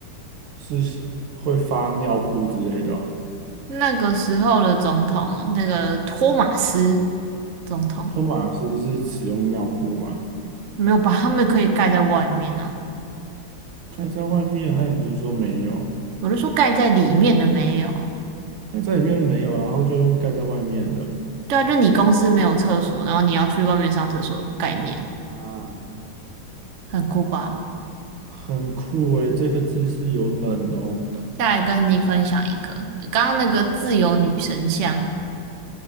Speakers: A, on the right; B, on the right.
A: 是会发尿布之类的哦。
B: 那个时候的总统，那个托马斯总统，
A: 托马斯是使用尿布吗？
B: 没有把他们可以盖在外面啊。
A: 盖在外面，那你不是说没有？
B: 我就说盖在里面的没有，
A: 那在里面没有，然后就用盖在外面的，
B: 对啊，就你公司没有厕所，然后你要去外面上厕所概念，
A: 啊，
B: 很酷吧？
A: 很酷诶，这个姿势有冷哦。
B: 再来跟你分享一个，刚刚那个自由女神像